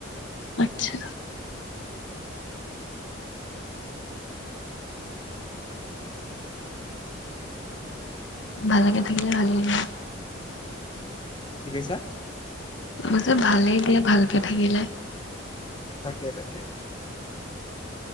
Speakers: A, on the left (about 70°); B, on the left (about 25°).
A: আচ্ছা ভালেকে থাকিলে ভালেই ন'।
B: কি কৈছা?
A: মই যে ভালেই দিয়া, ভালকে থাকিলে।
B: তাকে - তাকে।